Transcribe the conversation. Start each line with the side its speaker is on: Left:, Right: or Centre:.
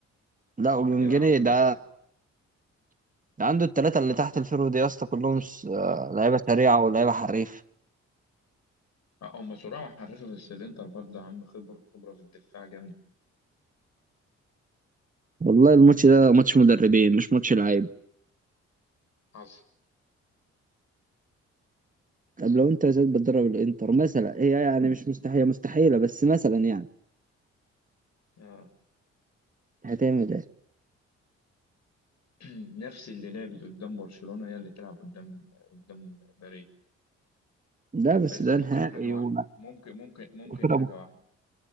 Right: لا وجونجيني
Left: ايوه يا عم بس
Right: ده ده عنده التلاتة اللي تحت الفيرو دي يا اسطى كلهم س- آه، لعيبة سريعة ولعيبة حريف
Left: هم سرعه وحرفه بس الانتر برضه يا عم خبره خبره في الدفاع جامده
Right: والله الماتش ده ماتش مدربين مش ماتش لعيب
Left: حصل
Right: طب لو انت يا زيد بتدرب الانتر مثلا هي يعني مش مستحيله مستحيله بس مثلا يعني
Left: آه.
Right: هتعمل ايه
Left: <clears throat> نفس اللي لعبت قدام برشلونه هي اللي تلعب قدام قدام باريس
Right: ده بس
Left: بس
Right: ده
Left: ممكن
Right: نهائي
Left: حاجه واحده
Right: وما-
Left: ممكن ممكن ممكن
Right: وفرقه
Left: حاجه
Right: مخ-
Left: واحده